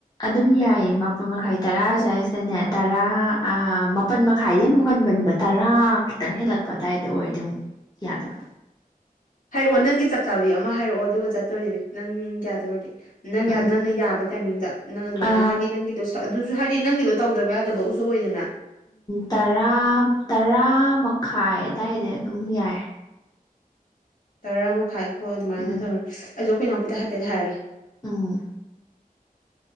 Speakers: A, on the left; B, on the left.
A: ꯑꯗꯨꯝ ꯌꯥꯏꯌꯦ ꯃꯥꯄꯜ ꯃꯈꯥꯏ ꯇꯔꯥ ꯁ꯭ꯋꯥꯏꯁꯤꯗꯅꯦ ꯇꯔꯥ ꯑ ꯃꯥꯄꯟ ꯃꯈꯥꯏꯗꯤ ꯑꯃꯨꯛ ꯉꯟꯃꯟꯕ ꯇꯔꯥ ꯈꯤꯇꯪ ꯍꯦꯜꯂꯛꯄ ꯑꯗꯥꯏꯗ ꯑꯣꯏꯔꯗꯤ ꯑꯃꯨꯛ ꯌꯥꯗ‌ꯣꯏꯕ
B: ꯍꯥꯏꯔꯛꯑꯣ ꯅꯪꯒꯤ ꯆꯞ ꯆꯥꯕꯤ ꯑꯃ ꯍꯥꯏꯔꯛꯑꯣ ꯑꯗꯨꯒ ꯆꯠꯇꯣꯔꯤꯅꯦ ꯅꯪ ꯌꯥꯗꯣ ꯑꯣꯔꯗꯤ ꯅꯪ ꯌꯥ
A: ꯎꯝ
B: ꯅꯪꯅ ꯌꯥꯕ ꯇꯥꯏꯃꯤꯡꯗ ꯅꯪ ꯑꯗꯨꯃꯥꯏꯅ
A: ꯑ
B: ꯍꯥꯏꯗꯤ ꯅꯪꯒꯤꯗꯣ ꯁꯠ ꯑꯗꯨ ꯁꯨ ꯍꯥꯏꯗꯤ ꯅꯪꯒꯤꯗꯣ ꯇꯧꯗꯕ ꯌꯥꯗꯕꯕꯨꯁꯨ ꯑꯣꯏꯗꯅ
A: ꯇꯔꯥ ꯇꯔꯥ ꯃꯈꯥꯏ ꯑꯗꯥꯏꯗ ꯑꯗꯨꯝ ꯌꯥꯏ
B: ꯇꯔꯥ ꯃꯈꯥꯏ ꯍꯣꯏ ꯑꯗꯨꯃꯥꯏꯅ
A: ꯎꯝ
B: ꯇꯧꯔꯁꯤ ꯑꯩꯁꯨ ꯑꯩꯈꯣꯏ ꯏꯅꯥꯎꯄꯤꯗ ꯍꯥꯏꯐꯦꯠ ꯍꯥꯏꯔꯒꯦ
A: ꯎꯝ